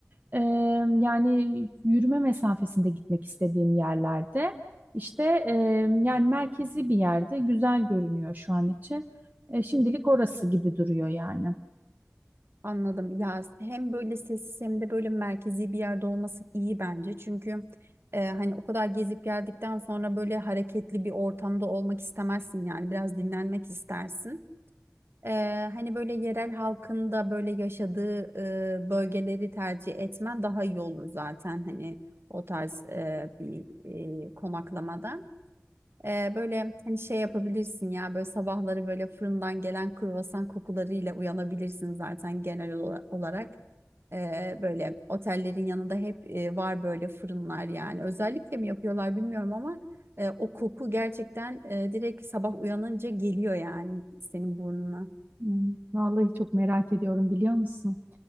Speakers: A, on the right; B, on the right.
A: E, yani yürüme mesafesinde gitmek istediğim yerlerde. İşte e, yani merkezi bir yerde güzel görünüyor şu an için. E, şimdilik orası gibi duruyor yani.
B: Anladım. Ya hem böyle sessiz hem de böyle merkezi bir yerde olması iyi bence. Çünkü e, hani o kadar gezip geldikten sonra böyle hareketli bir ortamda olmak istemezsin yani biraz dinlenmek istersin. Ee, hani böyle yerel halkın da böyle yaşadığı e, bölgeleri tercih etmen daha iyi olur zaten hani o tarz e, bir e, konaklamada. Ee, böyle hani şey yapabilirsin ya böyle sabahları böyle fırından gelen kruvasan kokularıyla uyanabilirsin zaten genel ola- olarak. Ee, böyle otellerin yanında hep e, var böyle fırınlar yani. Özellikle mi yapıyorlar bilmiyorum ama e, o koku gerçekten e, direkt sabah uyanınca geliyor yani senin burnuna.
A: Hmm, vallahi çok merak ediyorum biliyor musun?